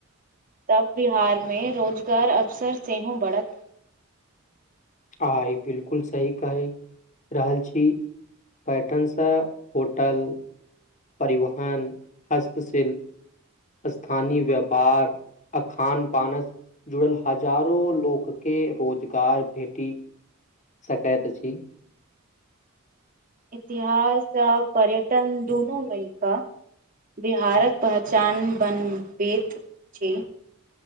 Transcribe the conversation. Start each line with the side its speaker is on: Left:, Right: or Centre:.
Right: तब बिहार मे रोजगार अवसर सेहो बरत
Left: आ ई बिलकुल सही कहि रहल छी पैटनसँ होटल परिवहन हस्तशिल स्थानीय व्यापार अ खान पानस जुड़ल हजारो लोक के रोजगार भेटी सकति अछि
Right: इतिहास आ पर्यटन दुनू मिल कऽ बिहारक पहचान बनबति छी